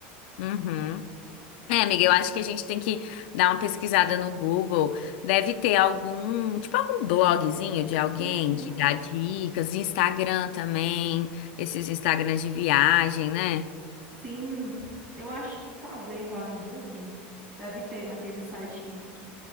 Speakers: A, on the left (about 70°); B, on the right (about 30°).
A: Uhum. É, amiga, eu acho que a gente tem que dar uma pesquisada no Google. Deve ter algum, tipo algum blogzinho de alguém
B: Uhum,
A: que dá dicas, Instagram também, esses Instagrams de viagem, né?
B: sim, eu acho que talvez lá no Booking deve ter naquele site que, que,